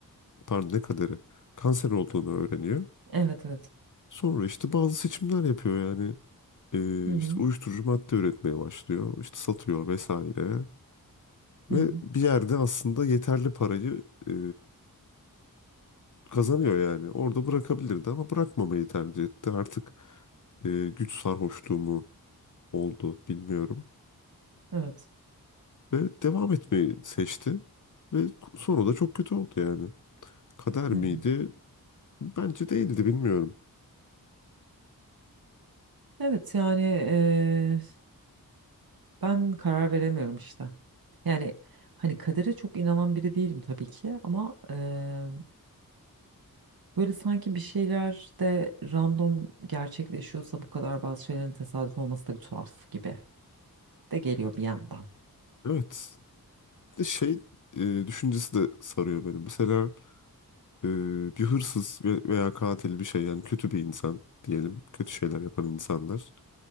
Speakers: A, on the left (about 55°); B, on the right (about 75°).
A: pardon ne kaderi kanser olduğunu öğreniyor.
B: Evet evet.
A: Sonra işte bazı seçimler yapıyor yani E,
B: Hı hı.
A: işte uyuşturucu madde üretmeye başlıyor işte satıyor vesaire Ve
B: Hı hı.
A: bir yerde aslında yeterli parayı e, kazanıyor yani. Orada bırakabilirdi ama bırakmamayı tercih etti. Artık e, güç sarhoşluğu mu oldu bilmiyorum.
B: Evet.
A: Ve devam etmeyi seçti. Ve sonra da çok kötü oldu yani. Kader
B: Hı
A: miydi?
B: hı.
A: Bence değildi bilmiyorum.
B: Evet yani eee, ben karar veremiyorum işte. Yani hani kadere çok inanan biri değilim tabii ki ama eee, böyle sanki bir şeyler de random gerçekleşiyorsa bu kadar bazı şeylerin tesadüf olması da bir tuhaf gibi de geliyor bir yandan.
A: Evet. Bir de şey e, düşüncesi de sarıyor beni. Mesela e, bir hırsız ve- veya katil bir şey yani kötü bir insan diyelim. Kötü şeyler yapan insanlar.